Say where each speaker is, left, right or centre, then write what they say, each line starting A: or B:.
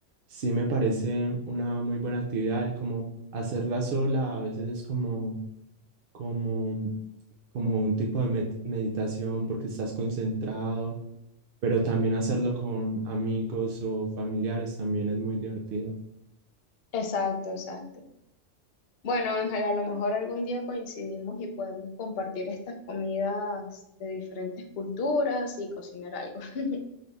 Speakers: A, on the right (about 55°); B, on the left (about 60°).
A: sí me parece una muy buena actividad y como hacerla sola a veces es como, como, como un tipo de med- meditación porque estás concentrado, pero también hacerlo con amigos o familiares también es muy divertido.
B: Exacto, exacto. Bueno, Ángel, a lo mejor algún día coincidimos y podemos compartir estas comidas de diferentes culturas y cocinar algo. <laughs>